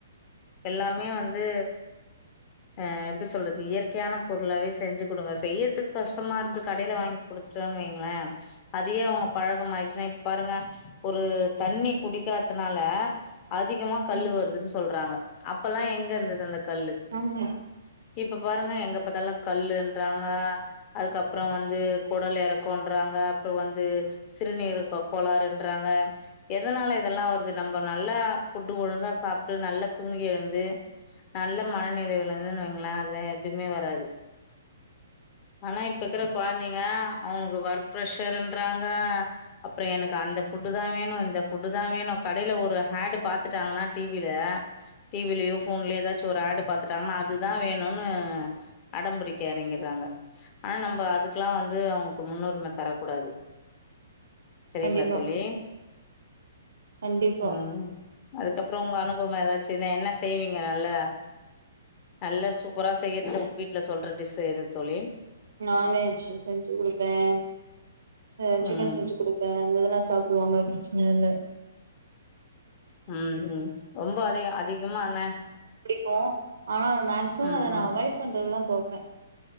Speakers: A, on the left; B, on the right.
A: எல்லாமே வந்து ஆஹ எப்டி சொல்றது இயற்கையான பொருளாவே செஞ்சு கொடுங்க செய்யறதுக்கு கஷ்டமா இருந்தா கடையில வாங்கி கொடுத்துட்டோன்னு வைங்களன் அதையே அவங்க பழகம் ஆயிடுச்சுன்னா இப்ப பாருங்க ஒரு தண்ணி குடிக்கதுனால அதிகமா கல்
B: ம்
A: வருதுன்னு சொ சொல்றாங்க அப்பெல்லாம் எங்க இருந்தது அந்த கல்லு
B: ஆமா
A: இப்ப பாருங்க எங்க பத்தலும் கல்லுன்றாங்க அதுக்கப்பறம் வந்து குடல் இறக்கம்றாங்க அப்புறம் வந்து சிறுநீர் கோளாறுன்றாங்க எதனால இதெல்லாம் வருது நம்ம நல்லா ஃபுட்டு் ஒழுங்கா சாப்பிட்டு நல்லா தூங்கி எழுந்து நல்ல மனநிலைல விழுந்துன்னு வைங்களேன் அதெல்லாம் எதுவுமே வராது ஆனா இப்பகிறா குழந்தைங்க அவுகுக்கு ஒர்க் ப்ரஷர் றாங்க அப்புறம் எனக்கு அந்த ஃபுட்டு் தான் வேணும் இந்த ஃபுட்டு் தான் வேணும் கடையில ஒரு ஹேடு பார்த்துட்டாங்கன்னா டிவியில டிவிலயோ போஃன்லயோ ஏதாச்சும் ஒரு ஹட பாத்துட்டாங்கன்னா அதுதான் வேணும்னு அடம்பிடிக்க இறங்கிறாங்க ஆனா நம்ம அதுக்கெல்லாம் வந்து அவங்களுக்கு முன்னுரிம தரக்க கூடாது சரிங்களா
B: கண்டிப்பா
A: தோலி
B: கண்டிப்பா
A: உஹம் அதுக்கப்பறம் உங்க அனுபவம் ஏதாச்சு பின்ன என்ன செய்வீங்க நல்லா நல்ல சூப்பரா செய்யறது உங்க வீட்டுல சொல்றது டிஷ் எது தோலி
B: நான்வெஜ் செஞ்சு கொடுப்பேன் ஹ
A: ம்
B: சிக்கன் செஞ்சு கொடுப்பேன் இதெல்லாம் சாப்பிடுவாங்க நாள
A: ஹம் ஹம் ரொம்ப அதையும் அதிகமா என்ன
B: கோம் ஆனா அத மேக்சிமம்
A: ம்
B: அத
A: ம்
B: ந அவாய்ட் பண்றதுதான் தொப்ப